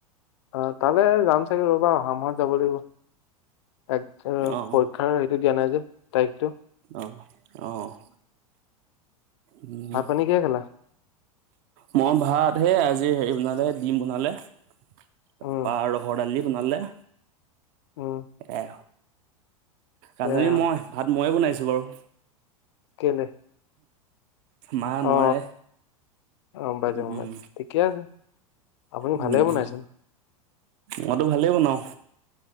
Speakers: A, on the left; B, on the right.
A: আঁ তালে যাম চাগে ৰ'বা, অহা মাহত যাব লাগিব। এক পৰীক্ষাৰ
B: অ
A: সেইটো দিয়া নাই যে তাৰিখটো।
B: অ'! অ'! উম!
A: ভাত পানী কিহে খালা
B: মই ভাত হে আজি হেৰি বনালে, ডিম বনালে। তাৰপৰা
A: উম
B: ৰহৰ দালি বনালে।
A: উম
B: এ,
A: সেয়া
B: ৰান্ধনী মই, ভাত মই বনাইছোঁ বাৰু।
A: কেলে?
B: মা নোৱাৰে।
A: অ অ গম পাইছো
B: উম!
A: গম পাইছো ঠিকে আছে আপুনি
B: উম!
A: ভালে বনাইচোন
B: মইতো ভালেই বনাওঁ।